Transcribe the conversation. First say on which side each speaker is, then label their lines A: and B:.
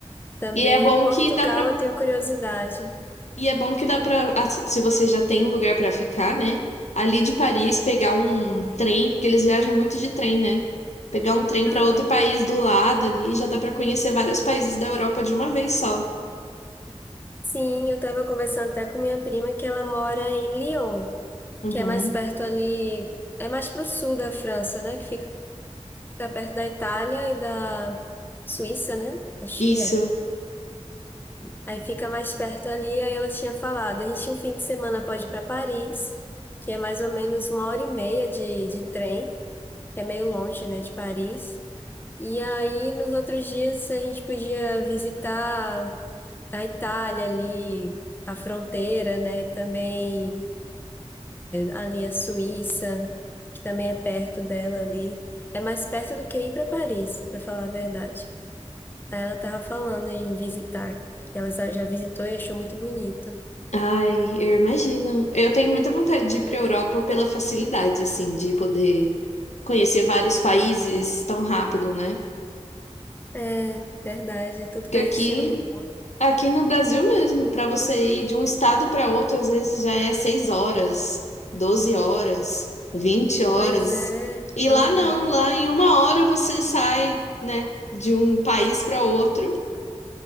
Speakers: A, on the left; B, on the left.
A: Também
B: E é bom
A: em Portugal
B: que dá pra
A: eu tenho curiosidade.
B: E é bom que dá pra, ah, se se você já tem um lugar pra ficar, né? Ali de Paris, pegar um trem, porque eles viajam muito de trem, né? Pegar um trem
A: Aham.
B: pra outro país do lado ali, já dá pra conhecer vários países da Europa de uma vez só.
A: Sim, eu estava conversando até com minha prima que ela mora em Lyon,
B: Uhum.
A: que é mais perto ali, é mais para o sul da França, né? Que fica perto da Itália e da Suíça, né? Acho
B: Isso.
A: que é. Aí fica mais perto ali, aí ela tinha falado, a gente um fim de semana pode ir para Paris, que é mais ou menos uma hora e meia de, de trem, que é meio longe, né, de Paris. E aí, nos outros dias, a gente podia visitar a Itália ali, a fronteira, né? E também ali a Suíça, que também é perto dela ali. É mais perto do que ir para Paris, para falar a verdade. Aí ela tava falando em visitar, que ela já já visitou e achou muito bonito.
B: Ai, eu imagino. Eu tenho muita vontade de ir pra Europa pela facilidade, assim, de poder conhecer vários países tão rápido, né?
A: É, verdade, tudo
B: Porque
A: pertinho
B: aqui
A: do outro.
B: Aqui no Brasil mesmo, para você ir de um estado para outro, às vezes já é 6 horas, 12 horas, vinte horas.
A: Pois é,
B: E
A: aham,
B: lá não, lá em uma hora você sai, né, de um país para outro.